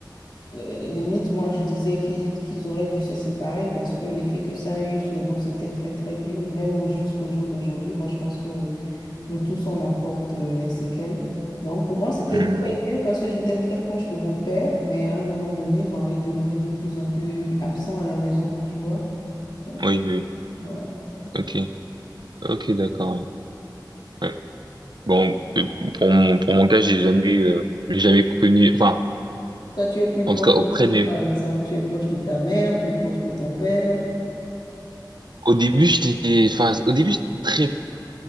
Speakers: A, on the left; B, on the right.
A: euh, limite, moi, je disais qu'ils qu'ils auraient dû se séparer parce que l'effet que ça a eu sur nous, c'était très, très dur. Même au- jusqu'au jour d'aujourd'hui, moi, je pense que nous tous, on en porte euh, les séquelles. Donc, pour moi, c'était
B: hmm,
A: très dur parce que j'étais très proche de mon père, mais à un moment donné, ben, il devenait de plus en plus absent à la maison, tu vois. Donc,
B: oui, oui,
A: voilà.
B: ok, ok, d'accord. ouais. Ouais. Bon, euh, pour mon, pour mon cas, j'ai jamais, euh, j'ai jamais connu, enfin,
A: Toi, tu es plus
B: En
A: proche
B: tout cas, auprès
A: de qui,
B: des...
A: par exemple? Tu es proche de ta mère, plus proche de ton père?
B: Au début, j'étais, enfin, au début, j'étais très,